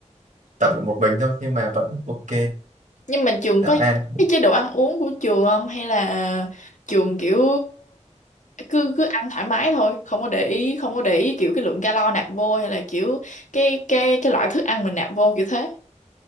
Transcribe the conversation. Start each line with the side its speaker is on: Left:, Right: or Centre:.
Right: tập là một mình thôi nhưng mà vẫn ok
Left: nhưng mà trường
Right: đã
Left: có
Right: an
Left: cái chế độ ăn uống của trường không hay là trường kiểu cứ cứ ăn thoải mái thôi không có để ý không có để ý kiểu cái lượng calo nạp vô hay là kiểu cái cái cái loại thức ăn mình nạp vô kiểu thế